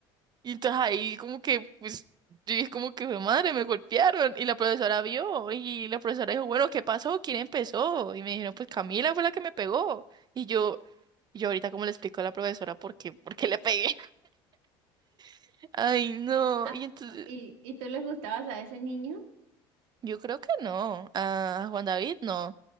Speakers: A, on the right; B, on the right.
A: Y entonces ahí como que, pues, yo dije como que, "Jue madre, me golpearon y la profesora vio y la profesora dijo, bueno, ¿qué pasó? ¿Quién empezó? Y me dijeron, pues Camila fue la que me pegó. Y yo... Y yo ahorita como le explico a la profesora por qué, por qué le pegué. <laughs> Ay, no.
B: Ay,
A: Y entonces,
B: no, ¿Y, y tú le gustabas a ese niño?
A: yo creo que no. A Juan David no.